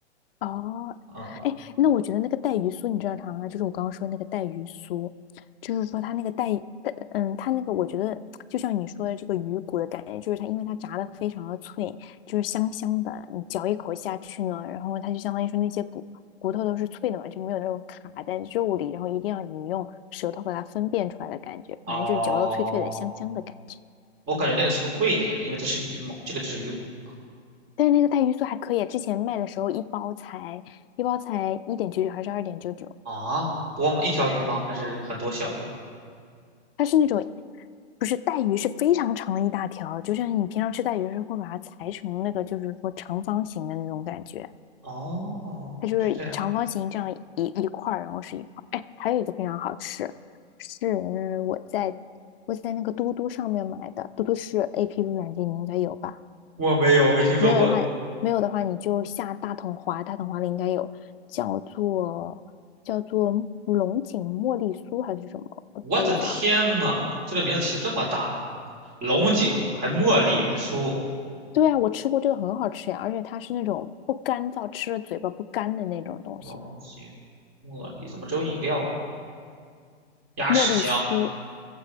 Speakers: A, on the left; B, on the right.
A: 哦，
B: 啊、
A: 哎，那我觉得那个带鱼酥，你知道啥吗？就是我刚刚说那个带鱼酥，就是说它那个带带，嗯，它那个我觉得就像你说的这个鱼骨的感觉，就是它因为它炸的非常的脆，就是香香的，你嚼一口下去呢，然后它就相当于说那些骨骨头都是脆的嘛，就没有那种卡在肉里，然后一定要你用舌头把它分辨出来的感觉，
B: 哦，
A: 反正就是嚼到脆脆的、香香的感觉。
B: 我感觉那个是不是贵一点啊？因为它是鱼嘛，这个只是鱼骨
A: 但是那个带鱼酥还可以啊，之前卖的时候一包才一包才一点九九还是二点九九。
B: 啊，多吗？一条鱼吗？还是很多小鱼？
A: 它是那种不是带鱼是非常长的一大条，就像你平常吃带鱼是会把它裁成那个，就是说长方形的那种感觉，
B: 哦，
A: 它就是长方形这样一一块儿，
B: 是这样，
A: 然后是一块儿。哎，还有一个非常好吃，是我在我在那个嘟嘟上面买的，嘟嘟是 APP 软件，你应该有吧？
B: 我没有，我没听说过。
A: 没有的话，没有的话你就下大统华，大统华里应该有，叫做叫做龙井茉莉酥还是什么？我搜一下，
B: 我的天呐，这个名字起这么大，龙井还茉莉还酥，
A: 对啊，我吃过这个很好吃呀，而且它是那种不干燥，吃了嘴巴不干的那种东西，
B: 龙井、茉莉怎么只有饮料啊？鸭屎香，
A: 茉莉酥